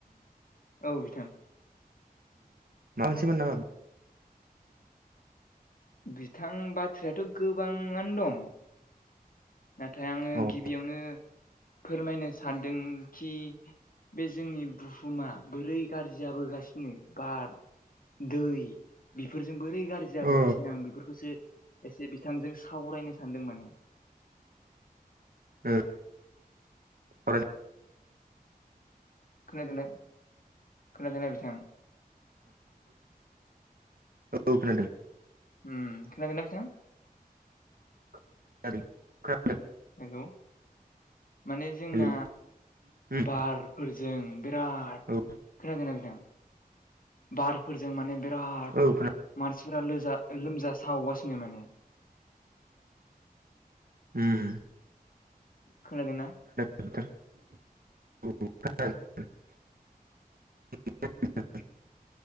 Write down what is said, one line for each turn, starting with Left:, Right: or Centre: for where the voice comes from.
Left: औ बिथां
Right: मासेबो नाम?
Left: बिथां बाथ्रायाथ' गोबाङानो दं। नाथाय आङो
Right: अ ओ
Left: गिबियावनो फोरमायनो सानदों खि बे जोंनि बुहुमा बोरै गाज्रि जाबोगासिनो बार दै बेफोरजों बोरै गाज्रि जाबोगासिनो
Right: ओ
Left: आं बेफोरखौसो। एसे बिथांजों सावरायनो सानदों माने।
Right: ह राय
Left: खोनादोंनो खोनादोंनाय बिथां?
Right: औ औ खोनादों।
Left: <unintelligible> बेैथां।
Right: <unintelligible>
Left: हेल माने जोंना
Right: हेलौ उम
Left: बारफोरजों बिराद
Right: औ
Left: खोनादोंना बिथां? बारफोरजों माने बिराद
Right: औ औ
Left: मानसि फुराज लोमजा सावगासिनो माने
Right: खोनादों उम
Left: खोनादोंना?
Right: <inaudible> <inaudible>